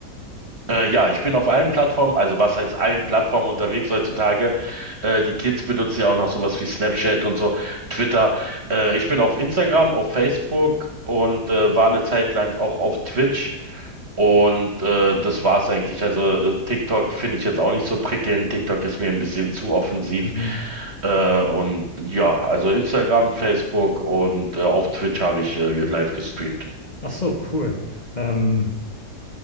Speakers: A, on the right; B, on the left.
A: Äh, ja, ich bin auf allen Plattformen, also was heißt allen Plattformen unterwegs heutzutage. Äh, die Kids benutzen ja auch noch sowas wie Snapchat und so, Twitter. Äh, ich bin auf Instagram, auf Facebook und äh, war eine Zeit lang auch auf Twitch. Und äh, das war's eigentlich. Also äh, TikTok finde ich jetzt auch nicht so prickelnd. TikTok ist mir ein bisschen zu offensiv.
B: Mhm.
A: Äh, und ja, also Instagram, Facebook und äh, auf Twitch habe ich äh, live gestreamt.
B: Ach so, cool. Ähm,